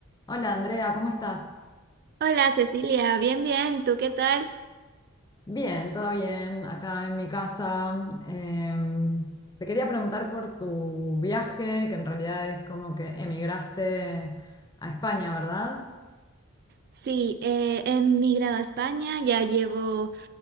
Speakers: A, on the left; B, on the right.
A: Hola Andrea, ¿cómo estás?
B: Hola Cecilia, bien, bien, ¿tú qué tal?
A: Bien, todo bien, acá en mi casa. Em, te quería preguntar por tu viaje, que en realidad es como que emigraste a España, ¿verdad?
B: Sí, eh, he emigrado a España, ya llevo